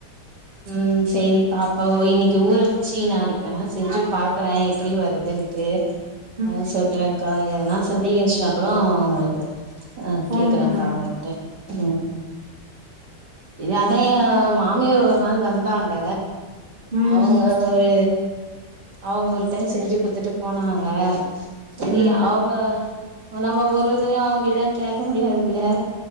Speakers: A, on the right; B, on the right.
A: உம் செரி்ங்கா அப்போ இன்னைக்கு ஊற வச்சு நாளைக்கு வேணா செஞ்சு பாக்குறேன் எப்படி வருதுன்ட்டு
B: ம்
A: ஆ சொல்றேன்கா எதனா <unintelligible> சந்தேகச்சுனா உங்களுக்கு க <unintelligible> ஆ
B: ஃபோன்
A: கேக்குறேங்க்கா
B: பண்ணுங்க
A: அவுங்கங்ககிட்ட ம் இது எதையு மாமியார் ஒரு நாள் வந்தாங்க
B: ம்
A: அவங்க ஒரு அவங்க ஒரு டைம் செஞ்சு கொடுத்துட்டு போனாங்க செரி
B: ம்
A: அவங்க நம்ம ஒருதுரையும் அவங்கிட்ட கேட்க முடியாதுல்லே